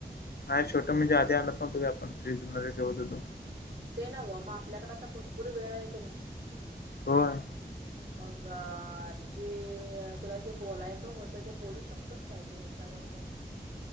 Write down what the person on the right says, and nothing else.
ते नव्ह मग आपल्याकड आता भरपूर वेळ हाय कणी.
मग तुझी तुला जे बोलायचं होतं ते बोलू शकतोस काय तू ह्याच्यावर पण.